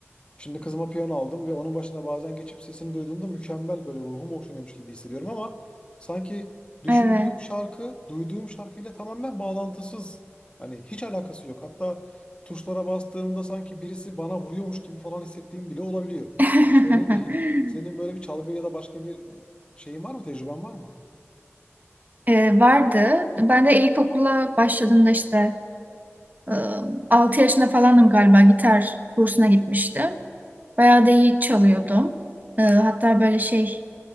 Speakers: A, on the left; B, on the right.
A: Şimdi kızıma piyano aldım ve onun başına bazen geçip sesini duyduğumda mükemmel böyle ruhum okşanıyormuş gibi hissediyorum ama sanki düşündüğüm
B: Evet.
A: şarkı duyduğum şarkıyla tamamen bağlantısız. Yani hiç alakası yok. Hatta tuşlara bastığımda sanki birisi bana vuruyormuş gibi falan hissettiğim bile olabiliyor.
B: <laughs>
A: Senin <laughs> senin böyle bir çalgı ya da başka bir e, şeyin var mı? Tecrüben var mı?
B: Ee, vardı. Ben de ilkokula başladığımda işte e, Altı yaşında falandım galiba gitar kursuna gitmişti. Bayağı da iyi çalıyordum. Ee, hatta böyle şey